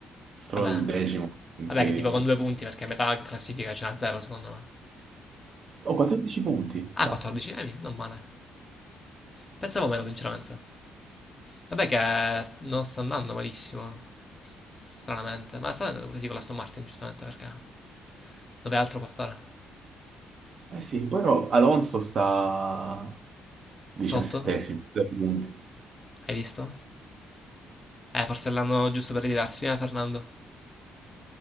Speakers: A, on the right; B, on the left.
A: Stroll
B: vabbè,
A: decimo, incredibile.
B: vabbè che tipo con due punti perché a metà classifica ce n'ha zero secondo me.
A: Oh, 14 punti,
B: Ah,
A: già.
B: 14, eh, non male. Pensavo meno, sinceramente. Vabbè che non sta andando malissimo, s- stranamente. Ma sta andando così con la Aston Martin, giustamente, perché... Dove altro può stare?
A: Eh sì, però Alonso sta diciassettesimo,
B: Sotto?
A: 3 punti.
B: Hai visto? Eh, forse l'hanno giusto per ritirarsi, eh, Fernando?